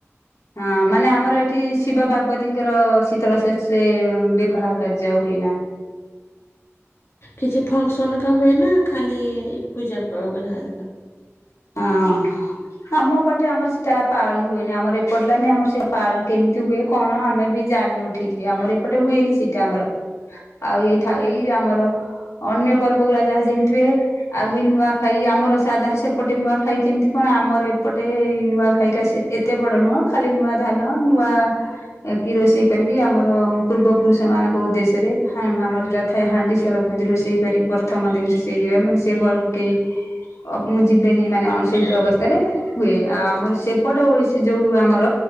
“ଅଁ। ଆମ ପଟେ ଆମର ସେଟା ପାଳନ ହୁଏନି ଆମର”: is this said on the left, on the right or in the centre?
Left